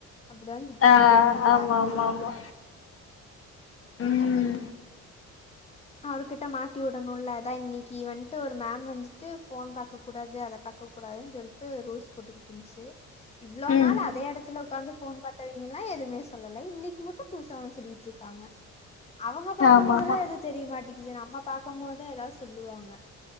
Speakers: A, on the left; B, on the left.
A: அப்டிதா சுத்திக்கிட்டு
B: ஆ
A: இருப்பாய்ங்க
B: ஆமா
A: லேப் ஃபுல்லா
B: ஆமா ஆமா உம்
A: அவருர்கிட்ட மாட்டி விடணும்ல ஏா இன்னைக்கு வந்துட்டு ஒரு மேம் வந்துட்டு போன் பாக்க கூடாது அதை பார்க்க கூடாதுன்னு சொல்லிட்டு ரூல்ஸ் போட்டுக்கிட்டு இருந்துச்சு இவ்ளோ
B: ம்
A: நாள் அதே இடத்துல உட்காந்து போன் பாத்தவீங்கல்லாம் எதுவுமே சொல்லல இன்னைக்கு மட்டும் பூசாவந்து சொல்லிட்டு இருக்காங்க அவங்க பாக்கும்போதெல்லாம்
B: ஆமா ஆமா
A: எது மாட்டக்குது நம்ப பாக்கும் போத ஏதாவது சொல்லுவாங்க